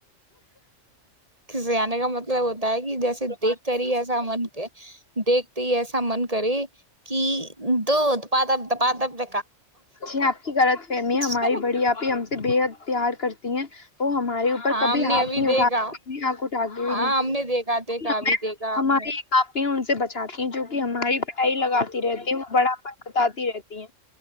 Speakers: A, on the right (about 30°); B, on the left (about 50°).
A: کے آنے کا مطلب ہوتا ہے کہ جیسے دیکھ کر ہی ایسا من کے دیکھتے ہی ایسا ا من کرے کہ دو دپ داب
B: جی آپ کی غلط فہمی ہے ہماری
A: جائے۔
B: بڑی آپ ہم سے بےحد پیار کرتی تی ہیں وہ ہمارے اوپر
A: ہاں
B: کبھی
A: ہم نے
B: ہاتھ
A: ابھی
B: نہیں اٹھا
A: دیکھا
B: ہھ اٹھا کےئے
A: ہاں ہم نے دیکھا دیکھا ابھی دیکھا ہم
B: ہمارے
A: نے
B: آپ ہی ہ <unintelligible> سات جو کہ ہماری پڑھائی لگاتی رہتی وہ بڑاپن بتاتی رہتی ت ہیں <unintelligible>